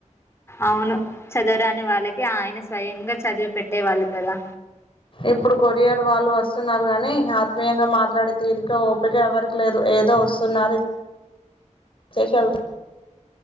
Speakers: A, on the left (about 20°); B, on the left (about 45°).
A: అవును చదవరాని వాళ్ళకి ఆయన స్వయంగా చదివి పెట్టేవాళ్ళు కదా
B: ఇప్పుడు కొరియర్ వాళ్ళు వస్తున్నారు కానీ ఆ త్మీయంగా మాట్లాడే తీరిక ఓపిక ఎవరికి లేదు ఏదో వస్తున్నారు ఇచేసి ఎల్త్